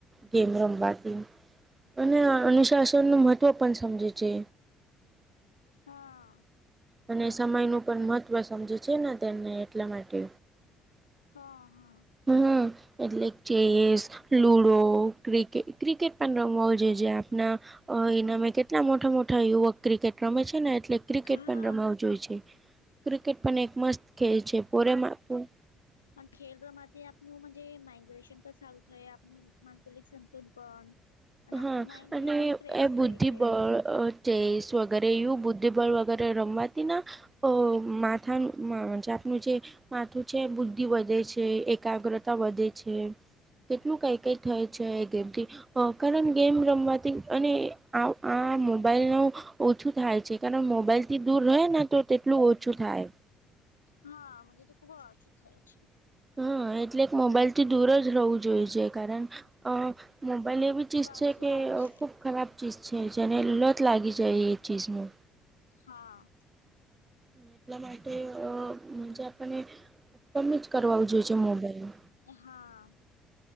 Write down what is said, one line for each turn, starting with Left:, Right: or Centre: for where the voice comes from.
Right: ગેમ રમવાથી અને અનુશાસનનું મહત્વ પણ સમજે છે.
Left: હા.
Right: અને સમયનું પણ મહત્વ સમજે છે ને તેમને એટલા માટે
Left: હા હા.
Right: હા એટલે ચેસ લુડો ક્રિકેટ ક્રિકેટ પણ રમવા હો જો જે આપણા એનામે કે એટલા મોટા મોટા યુવક ક્રિકેટ રમે છે ને એટલે ક્રિકેટ
Left: હા.
Right: પણ રમાવું જોઈ છે. ક્રિકેટ પણ એક મસ્ત ખેલ છે <unintelligible>
Left: અને ખેડવા માટે આપનું માઇગ્રેશન તો ચાલુ થાય આપ માનસલિક સંતુલ પણ અને
Right: હા
Left: આપનું માઇન્ડ
Right: અને
Left: બી થોડું ફ્રેશ
Right: એ બુદ્ધિબળ
Left: રહે છે
Right: ચેસ વગેરે એ બુદ્ધિબળ વગેરે રમવાતી અ માથાનુંજ આપનું જે માથું છે બુદ્ધિ વધે છે એકાગ્રતા વધે છે. કેટલું કઈ કઈ થાય છે જેમથી ગેમ રમવાથી અને આ મોબાઈલ ન ઓછું થાય છે. કારણ મોબાઈલ થી દૂર રહે ને તો તેટલું ઓછું થાય.
Left: હા અજ તો ખુબ અયોચત <inaudible> છે.
Right: હા એટલે એક મોબાઈલ થી દૂર જ રહેવું જોઈએ છે કારણ અ મોબાઈલ એવી ચીઝ
Left: સાચી
Right: છે કે
Left: વાત છે
Right: ખૂબ ખરાબ ચીજ છે જેને લત લાગી જાય એ ચીઝનું
Left: હા
Right: એટલા માટે અ જ આપને કમે જ કરવુ જોઈ છે મોબાઈલ
Left: હા